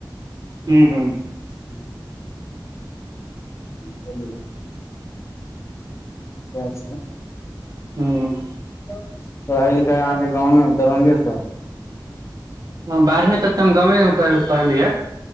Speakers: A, on the right (about 50°); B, on the left (about 35°).
A: हू हू
B: हूँ <inaudible> सेह छैय
A: हूँ
B: पढ़ाई लिखा अहाँके गाँंव मे दरभंगे सऽ
A: बारहवीं तक तऽ हम गावमे मे पढ़लिये